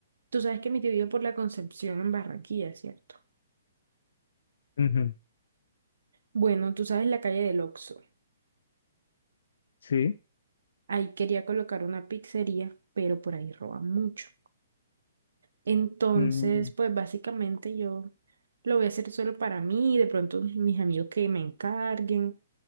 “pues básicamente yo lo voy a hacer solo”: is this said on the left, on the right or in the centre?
Right